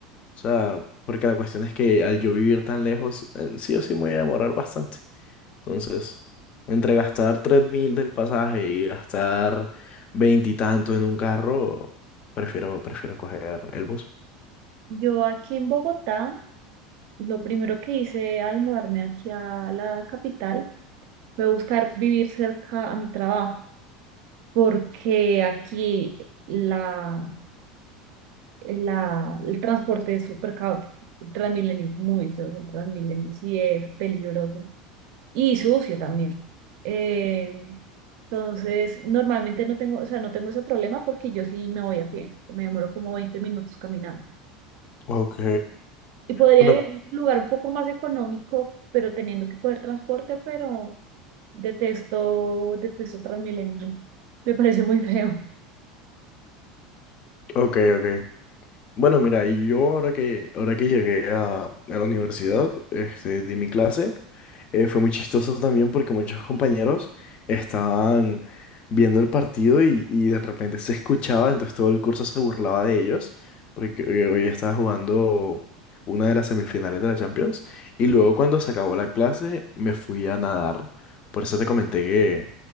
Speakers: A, on the left; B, on the right.
A: O sea, porque la cuestión es que al yo vivir tan lejos, eh, sí o sí me voy a demorar bastante. Entonces, entre gastar 3.000 del pasaje y gastar veintitantos en un carro, prefiero, prefiero coger el bus.
B: Yo aquí en Bogotá, lo primero que hice al mudarme aquí a la capital fue buscar vivir cerca a mi trabajo, porque aquí la, la, el transporte es súper caótico. El Transmilenio es muy feo, el Transmilenio sí es peligroso. Y sucio también. Eh, entonces, normalmente no tengo, o sea, no tengo ese problema porque yo sí me voy a pie. Me demoro como 20 minutos caminando.
A: Ok.
B: Y podría
A: Bueno,
B: vivir en un lugar un poco más económico, pero teniendo que coger transporte, pero detesto, detesto Transmilenio. <laughs> Me parece muy feo.
A: ok, ok. Bueno, mira, y yo ahora que, ahora que llegué a, a la universidad, este, de mi clase, eh, fue muy chistoso también porque muchos compañeros estaban viendo el partido y, y de repente se escuchaba, entonces todo el curso se burlaba de ellos, porque eh, hoy estaba jugando una de las semifinales de la Champions, y luego cuando se acabó la clase me fui a nadar, por eso te comenté que,